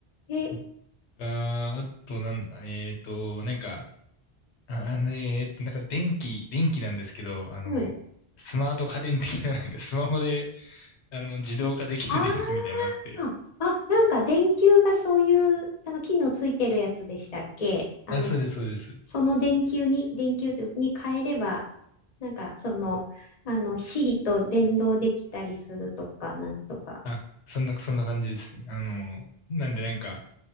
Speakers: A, on the left; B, on the left.
A: え、
B: とか、あとなんだ、えっと、なんか、あ、あの、えっと、なんか電気、電気なんですけど、あの、
A: はい。
B: スマート家電的な、なんかスマホで、あの、自動化できる電気みたいなのあって。
A: ああ、あ、なんか電球がそういう、あの、機能ついてるやつでしたっけあの、
B: あ、そうです、
A: そ、
B: そうです。
A: その電球に、電球に変えれば、なんか、その、あの、Siri と連動できたりするとか、なんとか。
B: あ、そんな、そんな感じですね。あの、なんでなんか、